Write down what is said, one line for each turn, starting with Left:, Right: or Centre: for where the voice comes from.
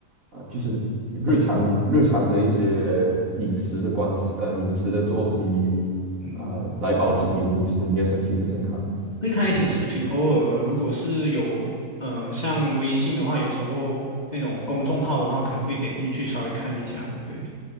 Right: 啊、就是日常日常的一些饮食的关系，呃，饮食的作息
Left: 嗯，
Right: 啊、来保持你你是你的身体的健康。
Left: 会看一些视频，偶尔如果是有呃像微信的话，有时候那种公众号的话，可能会点进去稍微看一下。对，